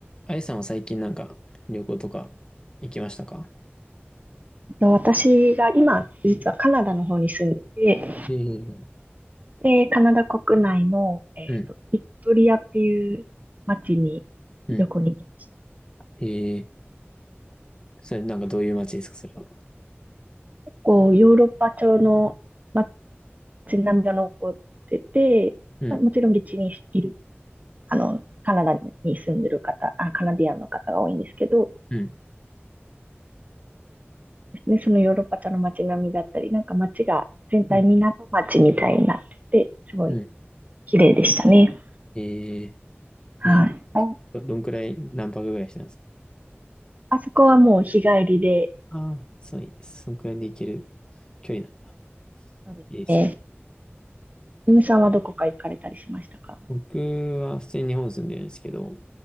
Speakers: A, on the left; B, on the right.
A: あゆさんは最近なんか旅行とか行きましたか
B: と私が今、実はカナダの方に住んでて、
A: ええ、
B: で、カナダ国内の、えーと、
A: うん、
B: ビクトリアっていう町に
A: うん。
B: 旅行に行きました。
A: ええそれなんかどういう街ですか、それは。
B: こう、ヨーロッパ調の町並みが残ってて、
A: うん、
B: まあ、もちろん現地にいる、あの、カナダに住んでる方、あ、カナディアンの方が多いんですけど、
A: うん、
B: でそのヨーロッパ調の街並みだったり、なんか町が全体港町みたいになってて、
A: うん、
B: すごい
A: うん。
B: 綺麗でしたね。
A: えー、
B: はい。
A: 港
B: あ
A: ど、どんくらい、何泊ぐらいしてたんですか
B: あそこはもう日帰りで、
A: ああー、そういいです、そんくらいで行ける距離なんだ。
B: そうですね。
A: いいですね。
B: ゆみさんはどこか行かれたりしましたか
A: 僕は普通に日本住んでるんですけど、